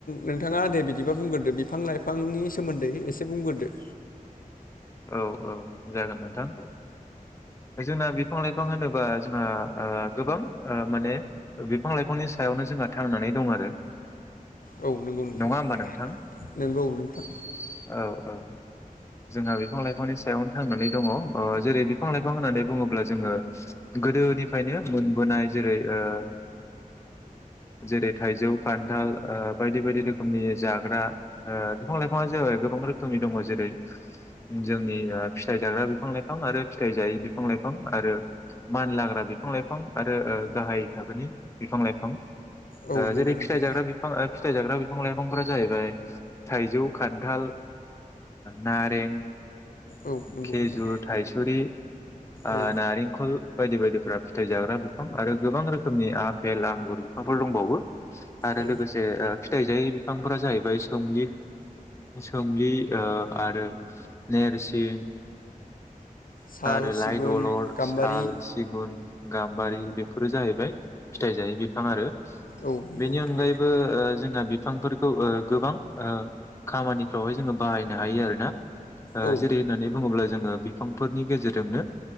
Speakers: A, on the left (about 75°); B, on the left (about 20°).
A: नोंथाङा दे बिदिबा बुंग्रोदो बिफां लाइफांनि सोमोन्दै एसे बुंग्रोदो
B: औ औ जागोन नोंथां जोंना बिफां लाइफां होनोबा जोंहा ओ गोबां ओ माने बिफां लाइफांनि सायावनो जोंहा थांनानै दं आरो
A: औ नंगौ नोंथां
B: नङा होमबा नोंथां औ
A: नंगौ नोंथां
B: औ जोंहा बे बिफां लाइफांनि सायावनो थांनानै दङ ओ जेरै बिफां लाइफां होननानै बुङोब्ला जोङो गोदोनिफ्रायनो मोनबोनाय जेरै ओ जेरै थाइजौ खान्थाल ओ बायदि बायदि रोखोमनि जाग्रा ओ बिफां लाइफांआ जाबाय गोबां रोखोमनि दङ जेरै जोंनि फिथाइ जाग्रा बिफां लाइफां आरो फिथाइ जायै बिफां लाइफां आरो मान लाग्रा बिफां लाइफां आरो ओ गाहाय थाखोनि बिफां लाइफां
A: औ
B: ओ
A: नंगौ
B: जेरै
A: नोंथां
B: फिथाइ जाग्रा बिफां ओ फिथाइ जाग्रा बिफां लाइफांफोरा जाहैबाय थाइजौ खान्थाल नारें
A: औ नंगौ
B: खेजुर
A: नोंथां
B: थायसुरि ओ
A: औ
B: नारेंखल बायदि बायदिफ्रा फिथाइ जाग्रा बिफां आरो गोबां रोखोमनि आफेल आंगुर बिफांफोर दंबावो आरो
A: औ
B: लोगोसे फिथाइजायै बिफांफोरा जाहैबाय सोम सोमलि आरो नेरसिं
A: साल
B: आरो
A: सिगुन
B: लाइ दलर
A: गाम्बारि
B: साल सिगुन <inaudible> गाम्बारि बेफोरो जाहैबाय फिथाइ जायि बिफां आरो
A: औ नंगौ
B: बेनि
A: नोंथां
B: अनगायैबो ओ जोंहा बिफांफोरखौ ओ गोबां ओ खामानिफ्रावहाय जोङो बाहायनो हायो आरोना ओ
A: औ
B: जेरै होननानै बुङोब्ला जोङो बिफांफोरनि गेजेरजोंनो